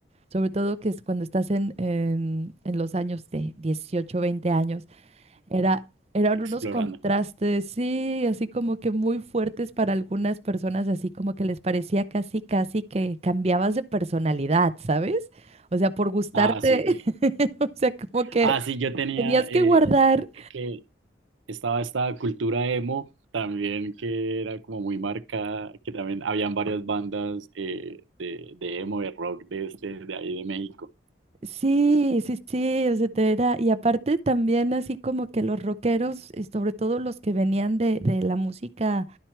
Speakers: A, on the right; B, on the right.
A: sobre todo que es cuando estás en, en, en los años de 18 20 años era, eran
B: Explorando.
A: unos contrastes, sí, así como que muy fuertes para algunas personas, así como que les parecía casi, casi que cambiabas de personalidad, ¿sabes? O sea, por gustarte,
B: Ah, sí, ok.
A: <laughs> o sea, como que
B: Ah, sí, yo tenía
A: tenías que
B: eh,
A: guardar.
B: que estaba esta cultura emo también que era como muy marcada, que también habían varias bandas eh, de, de emo, de rock de este, de ahí de México.
A: Sí, sí, sí, o sea, te era- Y aparte también así como que los rockeros, y sobre todo los que venían de, de la música